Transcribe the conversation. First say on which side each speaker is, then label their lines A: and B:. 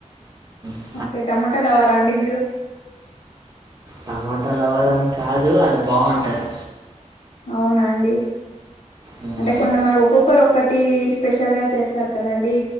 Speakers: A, on the right (about 30°); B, on the left (about 80°).
A: అ
B: ఓకే టమోట లవర అండి మీరు
A: టమాట లవర్ <unintelligible> కాదు అది బాగుంటది
B: అవున అండి
A: మ్మ్
B: అంటే కొంతమంది ఒక్కొక్కరు ఒక్కటి స్పెషల్గా చేస్తారు కదండి